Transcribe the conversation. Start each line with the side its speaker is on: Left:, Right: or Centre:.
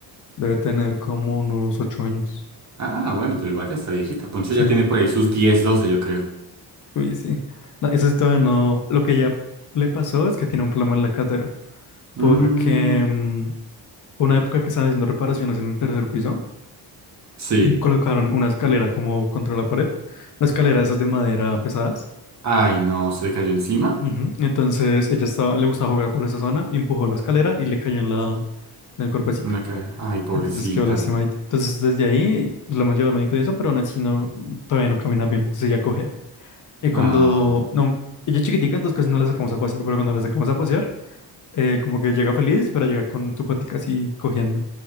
Left: debe tener como unos ocho años.
Right: Ah, bueno, pero igual ya está viejita. Poncho
Left: Sí,
Right: ya tiene por ahí sus diez doce yo creo.
Left: uy, sí. No, eso es todavía no. Lo que ya le pasó es que tiene un problema en la cadera. Porque
Right: Mm,
Left: mm, una época que estaban haciendo reparaciones en el tercer piso
Right: sí.
Left: y colocaron una escalera como contra la pared, una escalera esas de madera pesadas
Right: Ay, no, se le cayó encima.
Left: Ujú. Entonces ella estaba, le gustaba jugar por esa zona, y empujó la escalera y le cayó en la, en el cuerpecito.
Right: En la cabeza. Ay, pobrecita.
Left: Entonces quedó lastimadita. Entonces desde ahí pues, la hemos llevado al médico y eso, pero aún así no, todavía no camina bien. Entonces ella cojea. Y cuando,
Right: Ah,
Left: no, ella es chiquitica, entonces casi no la sacamos a pasear, pero cuando la sacamos a pasear, eh, como que llega feliz, pero llega con su patica así cojeando,